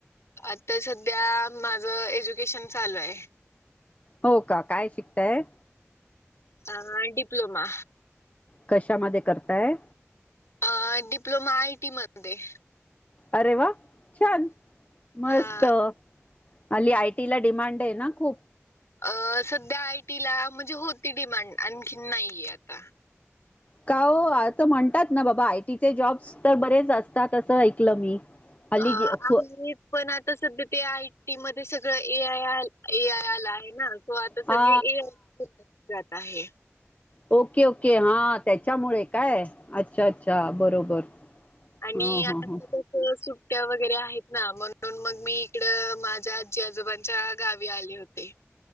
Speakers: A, on the left; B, on the left.
A: आता सध्या माझ एज्युकेशन चालू आहे.
B: हो का काय शिकताय.
A: अ डीप्लोमा
B: कशामध्ये करताय
A: अ डिप्लोमा आयटी मध्ये,
B: अरे वा छान मस्त
A: हा.
B: हल्ली आयटी ला डिमांड आहे ना खूप,
A: अ सध्या आयटीला म्हणजे होती डिमांड आणखीन नाहीय आता,
B: का हो असं म्हणतात ना बाबा आयटीचे जॉब्स तर बरेच असतात असं ऐकलं मी हल्ली
A: अ
B: जे खू
A: पण आता सध्या ते आयटी मध्ये सगळं ए आय आला. आहे ना, सो आता
B: हा
A: सगळी ए <unintelligible> जात आहे.
B: ओके ओके, हा त्याच्यामुळे काय? अच्छा अच्छा बरोबर.
A: आणि
B: ह
A: आता
B: ह ह
A: तसं सु ट्या वगैरे आहेत ना, म्हणून मग मी इकडं माझ्या आजी आजोबांच्या गावी आले होते.